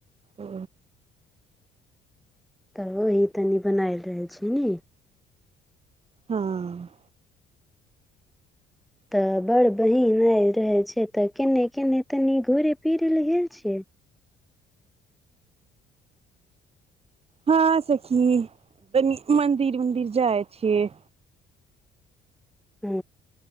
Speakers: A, on the right (about 35°); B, in the centre.
A: ओ
B: त ओही तनी बनायल रहल छी ने
A: हँ
B: तऽ बड़ बहीन आ रहे छै तऽ केने केने तनी घूरे फिरे लऽ गेल छियै
A: हँ सखी तनी मंदिर उंदिर जाय छिय
B: ह